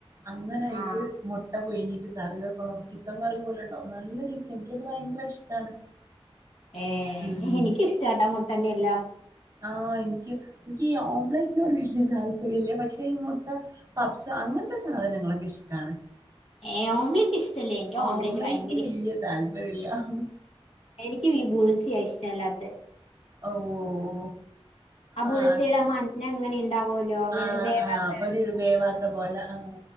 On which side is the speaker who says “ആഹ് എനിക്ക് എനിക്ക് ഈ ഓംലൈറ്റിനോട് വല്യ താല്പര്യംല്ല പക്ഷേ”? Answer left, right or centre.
Right